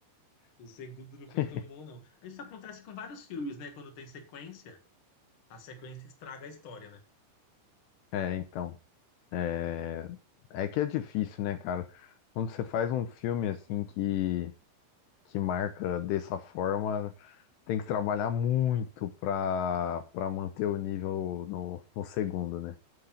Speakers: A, on the left; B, on the left.
A: O segundo não foi
B: <laughs>
A: tão bom, não. Isso acontece com vários filmes, né? Quando tem sequência, a sequência estraga a história, né?
B: É, então. É é que é difícil, né, cara? Quando você faz um filme assim que, que marca dessa forma, Tem que trabalhar muito pra, pra manter o nível no, no segundo, né?